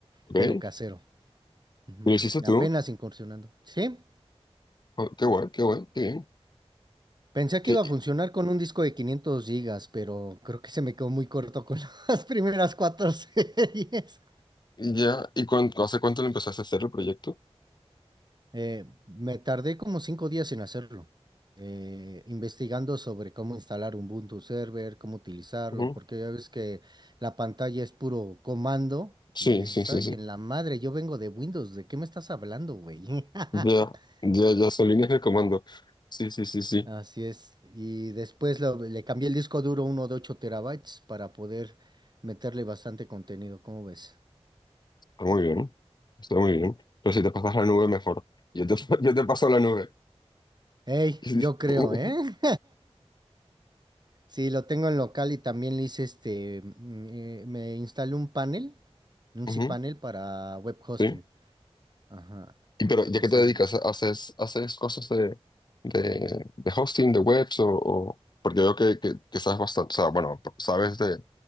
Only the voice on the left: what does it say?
ok.
¿Y ¿Lo hiciste tú?
Oh, qué guay, qué guay, qué bien.
¿Qué,
y- ya, ¿y cuánto, hace cuánto lo empezaste a hacer el proyecto?
Ujú.
Sí,
sí, sí,
sí.
Ya, ya, ya son líneas de comando. Sí, sí, sí, sí.
Está muy bien. Está muy bien. Pero si te pasas la nube, mejor. Yo te, <laughs> yo te paso la nube.
<laughs>
Ujú,
sí.
Y pero
¿ya
qué te dedicas? ¿Haces, haces cosas de, de, de hosting, de webs o, o- porque veo que, que, que sabes bastante, o sea, bueno, sabes de,